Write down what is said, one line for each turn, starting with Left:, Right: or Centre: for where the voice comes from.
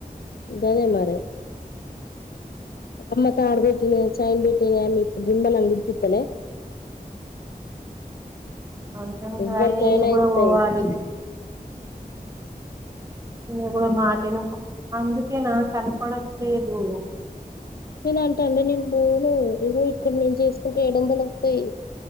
Left: గదే మరి అమ్మ తాడు బెట్టినై, చాయిన్ బెట్టినై అన్ని <unintelligible> నిమ్మలంగా విడిపిత్తలే,
Right: అంతే ఉంటది
Left: ఎవ్వరికైనా
Right: అయినా ఇనాకు కూడా
Left: ఇస్తాయి
Right: పోవాలి. ఈయన కూడా మాటన <inaudible> అందుకే నాకు కనపడట్లేదు.
Left: ఏదంటే అంటే అండి నేను బోను ఇగో ఇక్కడ నేను చేసుకుంటే ఏడువందాలు ఒత్తై,